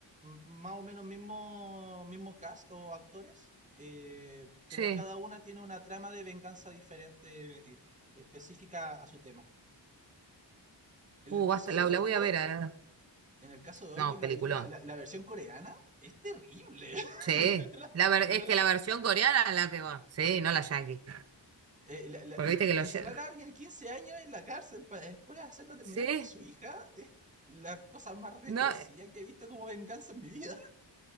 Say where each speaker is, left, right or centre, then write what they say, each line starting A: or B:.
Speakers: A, on the right; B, on the right.
A: más o menos mismo, mismo cast o actores, eh, pero
B: Sí,
A: cada una tiene una trama de venganza diferente, eh, específica a su tema. En
B: uh,
A: el caso
B: basta, la,
A: de Oldboy,
B: la voy a ver. a- ver.
A: en el caso de
B: No,
A: Oldboy, la
B: peliculón.
A: película, la, la versión coreana es terrible. <laughs>
B: Sí,
A: La-
B: la ver-
A: una
B: es
A: de
B: que
A: las-
B: la versión coreana es la que va. Sí, no la yankee.
A: eh, la- la-
B: Porque viste que lo
A: encerrar
B: lle-
A: a alguien 15 años en la cárcel para después hacerlo terminar
B: Sí,
A: con su hija es la cosa más retorcida
B: no,
A: que he visto como venganza en mi vida.